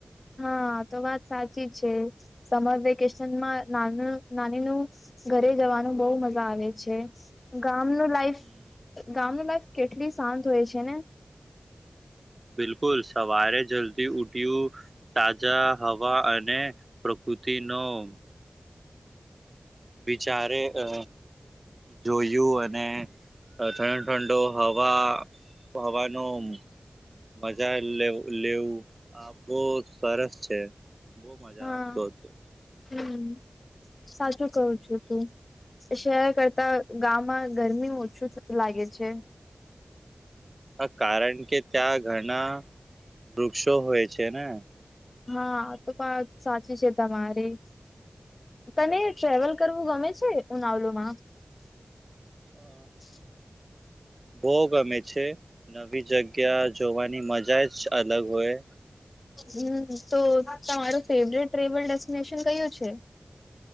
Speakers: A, on the left; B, on the right.
A: હા તો વાત સાચી છે સમર વેકેશન માં નાનું નાની નું ઘરે જવાનું બહુ મજા આવે છે ગામનું લાઈફ
B: હમ
A: ગામનું લાઈફ કેટલી શાંત હોય છે ને.
B: બિલકુલ સવારે જલ્દી ઉઠયું તાજા હવા અને <unintelligible> બિચારે અ જોયું અને ઠંડો ઠંડો હવા હવાનું મજા લે લેવું આ બહ સરસ છે બહુ મજા
A: હા
B: આવતો હતો.
A: હમ સાચું કવ છું તું શહેર કરતા ગામમાં ગરમી ઓછું લાગે છે.
B: આ કારણ કે ત્યાં ઘણા વૃક્ષો હોય છે ને
A: હા તો પણ સાચી છે તમારી તને ટ્રવેલ કરવું ગમે છે, ઉનાવલોમા <unintelligible>
B: અ
A: <inaudible>
B: બહુ ગમે છે. નવી જગ્યા જોવાની મજા જ અલગ હોય.
A: હમ, તો તમારુ ફેવરેટ ટ્રેવલ ડેસ્ટિનેશન કયું છે.